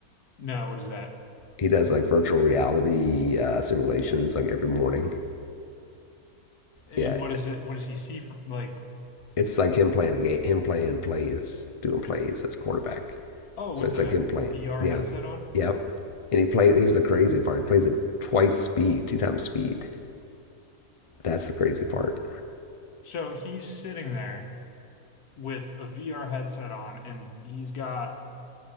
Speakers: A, on the left; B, on the left.
A: No, what is that?
B: He does like virtual reality uh, simulations like every morning.
A: And
B: Yeah,
A: what is it? What does he see from like?
B: it's like him playing a game, him playing plays, doing plays as a quarterback.
A: Oh,
B: So
A: with
B: it's
A: the
B: like him playing.
A: VR
B: Yeah,
A: headset on.
B: yep. And he plays. Here's the crazy part. He plays at twice speed, two times speed. That's the crazy part.
A: So he's sitting there. with a VR headset on, and he's got